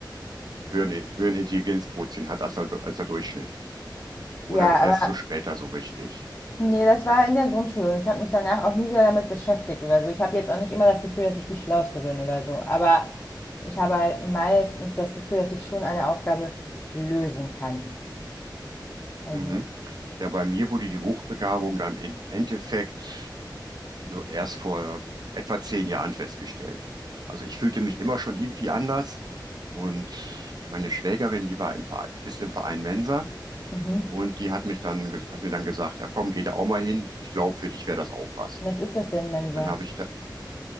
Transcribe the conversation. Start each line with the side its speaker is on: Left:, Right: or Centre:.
Right: höheren, höheren Intelligenzquotient hat als der, als der Durchschnitt. Oder
Left: Ja,
Right: erst
Left: aber
Right: so später so richtig.
Left: nee, das war in der Grundschule und ich habe mich danach auch nie wieder damit beschäftigt oder so. Ich habe jetzt auch nicht immer das Gefühl, dass ich die Schlauste bin oder so, aber ich habe halt meistens das Gefühl, dass ich schon eine Aufgabe lösen kann. Also,
Right: Mhm. Ja, bei mir wurde die Hochbegabung dann im Endeffekt so erst vor etwa zehn Jahren festgestellt. Also ich fühlte mich immer schon irgendwie anders und meine Schwägerin, die war im Verein, ist im Verein Mensa
Left: mhm.
Right: und die hat mich dann, ge- hat mir dann gesagt, ja komm, geh da auch mal hin, ich glaube, für dich wäre das auch was.
Left: Was ist das denn, Mensa?
Right: Dann habe ich da,